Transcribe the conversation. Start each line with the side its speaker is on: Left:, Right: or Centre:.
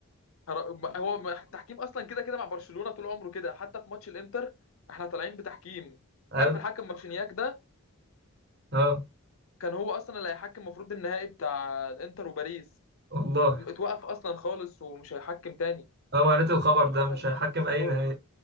Left: هر- ما- هو ما- التحكيم اصلا كده كده مع برشلونه طول عمره كده حتى في ماتش الانتر احنا طالعين بتحكيم
Right: ايوه
Left: عارف
Right: ده-
Left: الحكم مارشينياك ده
Right: اه
Left: كان هو اصلا اللي هيحكم المفروض النهائي بتاع الانتر وباريس
Right: والله
Left: ات- اتوقف اصلا خالص ومش هيحكم تاني
Right: اه ما قريت الخبر
Left: عقد
Right: ده
Left: بسبب
Right: مش
Left: ماتش
Right: هيحكم
Left: برشلونه
Right: اي نهائي